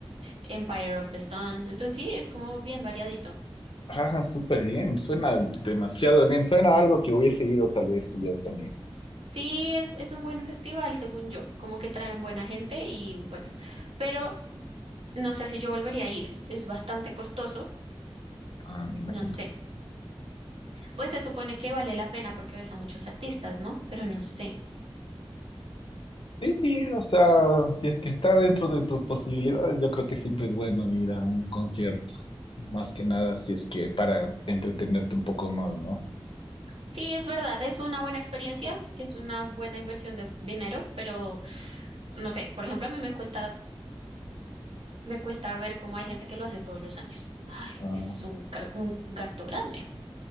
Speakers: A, on the right (about 80°); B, on the left (about 60°).
A: Empire of the Sun. Entonces sí, es como bien variadito.
B: Ah, súper bien. Suena
A: Ujú.
B: demasiado bien. Suena a algo que hubiese ido tal vez yo también.
A: Sí, es, es un buen festival, según yo, como que traen buena gente y bueno, pero no sé si yo volvería a ir, es bastante costoso,
B: Ah, me imagino.
A: no sé. Pues se supone que vale la pena porque ves a muchos artistas, ¿no? Pero no sé.
B: Sí, sí, o sea, si es que está dentro de tus posibilidades, yo creo que siempre es bueno ir a un concierto. Más que nada, si es que para entretenerte un poco más, ¿no?
A: Sí, es verdad, es una buena experiencia, es una buena inversión de dinero, pero no sé, por ejemplo, a mí me cuesta me cuesta ver cómo hay gente que lo hace todos los años. Ay,
B: Ah,
A: es un, ca- un gasto grande.